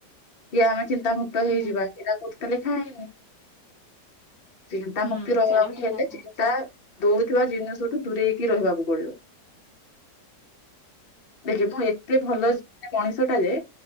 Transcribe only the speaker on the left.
କି ଆମେ ଚିନ୍ତାମୁକ୍ତ
ହେଇଯିବା ଏଇଟା କୋଉଠି ତ ଲେଖାହେଇନି। ଚିନ୍ତାମୁୁକ୍ତି
ରହିବାକୁ
ହେଲେ
ଚିନ୍ତା ଦଉଥିବା ଜିନିଷଠୁ ଦୂରେଇକି ରହିବାକୁ ପଡିବ। ଦେଖେ ମୁଁ ଏତେ ଭଲ
ଣେ ମଣିଷଟା ଯେ